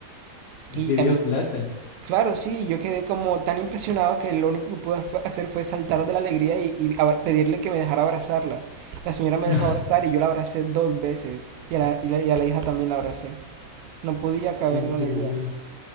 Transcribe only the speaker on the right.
Y
a mí
Claro, sí, yo quedé como tan impresionado que lo único que pude fue- hacer fue saltar de la alegría y, y abra- pedirle que me dejara abrazarla. La señora me
dejó abrazar y yo la abracé dos veces y a la, y la- y a la hija también la abracé. No podía caber
la alegría.